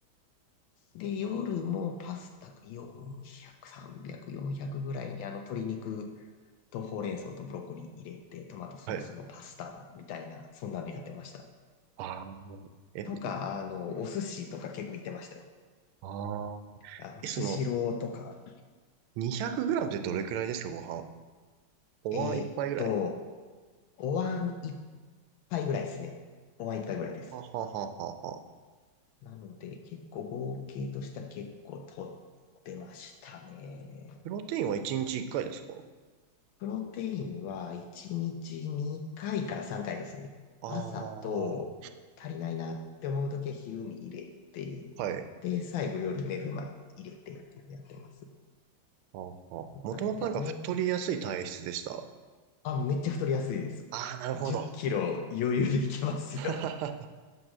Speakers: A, on the left; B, on the right.
A: で、夜もパスタ400、300、400ぐらいにあの鶏肉とほうれん草とブロッコリー入れて、トマトソースのパスタみたいな、
B: はい。
A: そんなのやってました。
B: ああ、え、
A: とか、
B: い
A: あの、お寿司とか結構行ってましたよ。
B: ああー。えあえその、
A: あの、スシローとか。
B: 200グラムってどれくらいですか、ご飯。お椀一杯ぐらい。
A: えーっと、お椀一杯ぐらいですね。お椀一杯ぐらいです。
B: はあ、はあ、はあ、はあ。はあ
A: なので、結構合計としては結構取ってましたね。
B: プロテインは1日1回ですか
A: プロテインは1日2回かいから3回ですね。
B: ああ、
A: 朝と足りないなって思うときは昼に入れて、
B: はい。
A: で、最後夜寝る前に入れてっていうのやってます。
B: ああ、もともとなんか太りやすい体質でした。
A: なので、ウォーあ、めっちゃ太りやすいです。
B: ああ、なるほど。
A: 10キロ余裕でいけますよ。
B: <laughs>